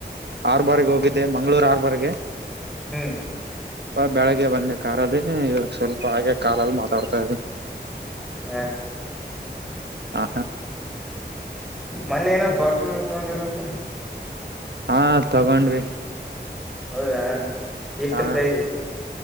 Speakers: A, on the right (about 75°); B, in the centre.
A: ಆರ್ ಬಾರಿಗೆ ಹೋಗಿದ್ದೆ ಮಂಗ್ಗಳೂರ್ ಆರ್ ಬಾರಗೆ
B: ಹ್ಮ್
A: ಹ ಬೆಳಿಗ್ಗೆ ಬಂದೆ ಕಾರಲ್ಲಿ ಇವಾಗ ಸ್ವಲ್ಪ ಹಾಗೆ ಕಾಲಲ್ಲಿ ಮಾತಾಡ್ತಾ ಇದ್ರು
B: ಹಾ
A: ಹ
B: ಮೊನ್ನೆ ಏನ ಫಾರ್ಚುನರ್ ತಗೊಂಡಿರ ಅಂತ
A: ಹಾ ತಗೊಂಡ್ವಿ
B: ಹೌದಾ ಎಷ್ಟು
A: ಹಾ
B: ಪ್ರೈಸ್